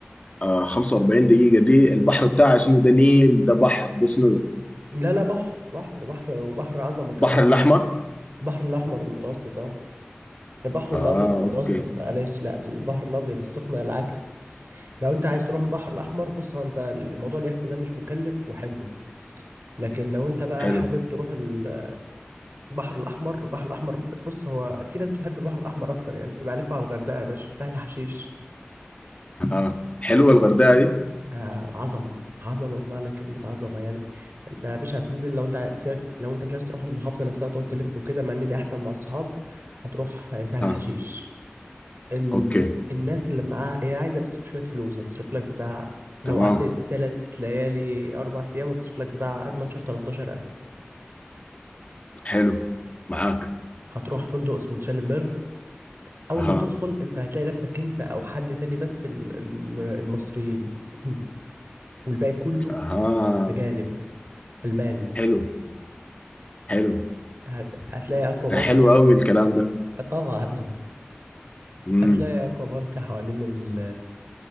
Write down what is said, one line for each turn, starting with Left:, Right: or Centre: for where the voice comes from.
Left: آه 45 دقيقة دي البحر بتاعها شنو ده نيل ده بحر ده شنو ده؟
Right: لا لا بحر بحر بحر وبحر عظمة كمان
Left: البحر الأحمر
Right: البحر الأحمر المتوسط اه البحر
Left: اه
Right: الأبيض المتوسط
Left: اوكي
Right: معلش لا البحر الأبيض السخنة العكس لو أنت عايز تروح البحر الأحمر بص هو أنت الموضوع اليخت ده مش مكلف وحلو لكن لو أنت بقى
Left: حلو
Right: حابب تروح ال- البحر الأحمر البحر الأحمر بص هو في ناس بتحب البحر الأحمر أكتر يعني يبقى عليكوا على الغردقة يا باشا سهل حشيش
Left: اه حلوة الغردقة دي
Right: آه، عظمه عظمه بمعنى كلمه عظمه يعني انت يا باشا هتنزل لو انت سيبك لو انت مش عايز تروح المحافظه نفسها وتقعد تلف وكده مع ان دي احسن مع الصحاب هتروح آه، سهل
Left: اه
Right: حشيش ال...
Left: اوكي
Right: الناس اللي معاها هي عايزه بس شويه فلوس هتصرف لك بتاع لو
Left: تمام
Right: قعدت تلات ليالي اربع ايام هتصرف لك بتاع 12 13 الف
Left: حلو معاك
Right: هتروح فندق اسمه تشالنبرغ اول
Left: اها
Right: ما هتدخل انت هتلاقي نفسك انت او حد تاني بس ال... ال- المصريين <clears throat> والباقي كله
Left: اها
Right: اجانب المان
Left: حلو حلو
Right: هت- هتلاقي اكوا
Left: ده
Right: بارك
Left: حلو قوي الكلام ده
Right: طبعا <laughs>
Left: امم
Right: هتلاقي اكوا بارك حوالين ال